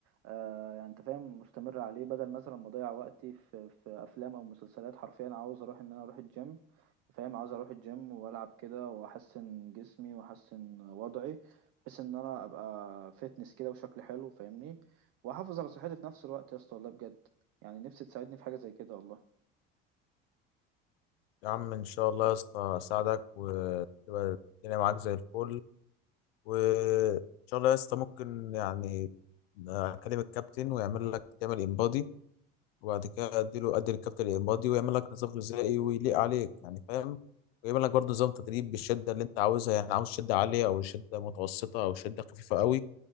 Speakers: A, on the right; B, on the left.
A: آه يعني انت فاهم مستمر عليه بدل مثلا ما اضيع وقتي في في افلام او مسلسلات حرفيا عاوز اروح ان انا اروح الجيم فاهم عاوز اروح الجيم والعب كده واحسن جسمي واحسن وضعي بحيث ان انا ابقى فيتنس كده وشكل حلو فاهمني واحافظ على صحتي في نفس الوقت يا اسطى والله بجد يعني نفسي تساعدني في حاجة زي كده والله
B: يا عم إن شاء الله يا اسطى أساعدك وتبقى الدنيا معاك زي الفل وإن شاء الله يا اسطى ممكن يعني أكلم الكابتن ويعمل لك تعمل إنبادي وبعد كده أديله أدي للكابتن الإنبادي ويعمل لك نظام غذائي ويليق عليك يعني فاهم؟ ويعمل لك برضه نظام تدريب بالشدة اللي أنت عاوزها يعني عاوز شدة عالية أو شدة متوسطة أو شدة خفيفة قوي